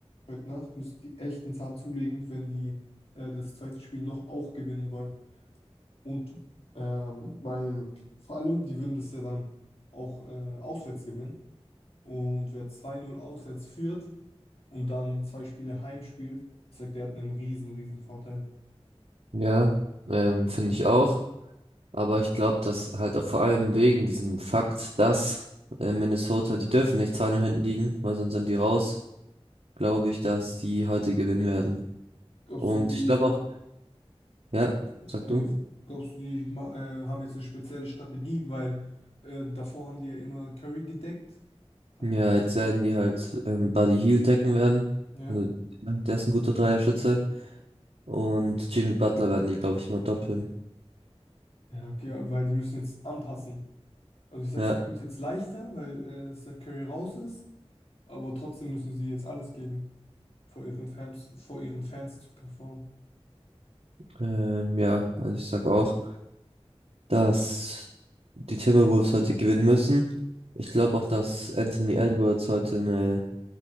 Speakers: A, on the left (about 65°); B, on the right (about 80°).
A: heute Nacht, müssen die echt einen Zahn zulegen, wenn die äh, das zweite Spiel noch auch gewinnen wollen. Und ähm, weil vor allem, die würden das ja dann auch äh, auswärts gewinnen. Und wer zwei null auswärts führt, und dann zwei Spiele heim spielt, ich sag, der hat einen riesen, riesen Vorteil.
B: Ja, ähm, finde ich auch. Aber ich glaube, dass halt auch vor allem wegen diesem Fakt, dass äh, Minnesota, die dürfen nicht 2-0 hinten liegen, weil sonst sind die raus, glaube ich, dass die heute gewinnen werden.
A: Glaubst
B: Und
A: du, die,
B: ich glaube auch, ja, sag
A: äh,
B: du.
A: glaubst du, die ma- äh, haben jetzt eine spezielle Strategie, weil äh, davor haben die ja immer Curry gedeckt. Ha-
B: Ja, jetzt
A: Weil,
B: werden die halt ähm, Buddy Hield decken werden.
A: ja,
B: Also, ja, der ist ein guter Dreierschütze. Und Jimmy Butler werden die, glaube ich, immer doppeln.
A: ja, okay, weil die müssen jetzt anpassen. Also ich sag's,
B: Ja,
A: die haben es jetzt leichter, weil äh, Steph Curry raus ist, aber trotzdem müssen sie jetzt alles geben, vor ihren Fans, vor ihren Fans zu performen.
B: ähm, ja, also ich sag auch. dass die Timberwolves heute gewinnen müssen. Ich glaube auch, dass Anthony Edwards heute eine